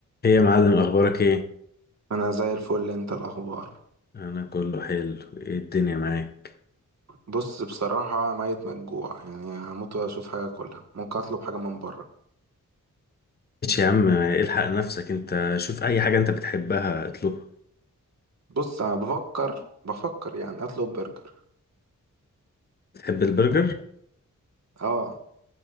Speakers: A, on the left; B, on the right.
A: ايه يا معلم اخبارك ايه
B: انا زي الفل انت الاخبار
A: انا كله حلو ايه الدنيا معاك
B: بص بصراحه ميت مجوع يعني هموت واشوف حاجه اكلها ممكن اطلب حاجه من بره
A: ماشي يا عم الحق نفسك انت شوف اي حاجه انت بتحبها اطلبها
B: بص انا بفكر بفكر يعني اطلب برجر
A: بتحب البرجر
B: اه